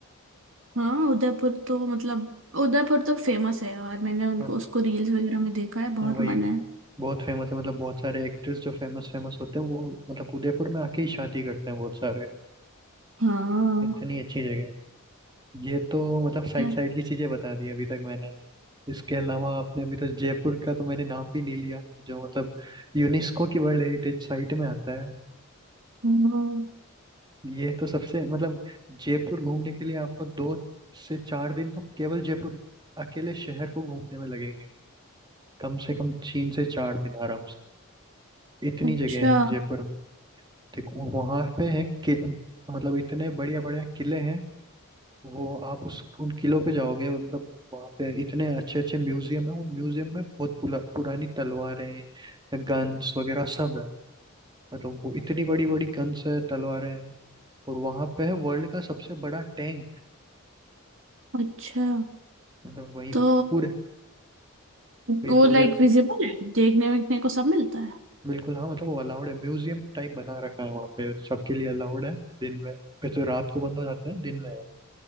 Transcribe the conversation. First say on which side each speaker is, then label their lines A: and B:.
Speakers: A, on the right; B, on the right.
A: हाँ उदयपुर तो मतलब उदयपुर तो फेमस है यार मैंने उनको
B: हाँ
A: उसको रील्स वगैरह में देखा है बहुत
B: वही
A: मन है
B: बहुत फेमस है मतलब बहुत सारे एक्टर्स जो फेमस फेमस होते हैं वो मतलब उदयपुर में आके ही शादी करते हैं बहुत सारे
A: हाँ
B: इतनी अच्छी जगह है। ये तो मतलब साइड
A: यार
B: साइड की चीजें बता दी अभी तक मैंने इसके अलावा आपने अभी तो जयपुर का तो मैंने नाम भी नहीं लिया जो मतलब यूनेस्को की वर्ल्ड हेरिटेज साइट में आता है
A: हाँ,
B: ये तो सबसे मतलब जयपुर घूमने के लिए आपको दो से चार दिन तो केवल जयपुर अकेले शहर को घूमने में लगेंगे कम से कम तीन से चार दिन आराम से इतनी
A: अच्छा
B: जगह है जयपुर में देखो वहां पे है कि मतलब इतने बढ़िया बढ़िया किले हैं वो आप उस उन किलों पे जाओगे और मतलब वहाँ पे इतने अच्छे अच्छे म्यूजियम है उन म्यूजियम में बहुत पुला, पुरानी तलवारें हैं गन्स वगैरह सब है मतलब वो इतनी बड़ी बड़ी गन्स है तलवारें हैं और वहां पे है वर्ल्ड का सबसे बड़ा टैंक
A: अच्छा
B: मतलब वही
A: तो
B: पूरे वही
A: वो
B: पूरे
A: लाइक विजिबल है देखने देखने को सब मिलता है
B: बिल्कुल हाँ मतलब वो अलाउड है म्यूजियम टाइप बना रखा है वहाँ पे सबके लिए अलाउड है दिन में ये तो रात को बंद हो जाता है दिन में है।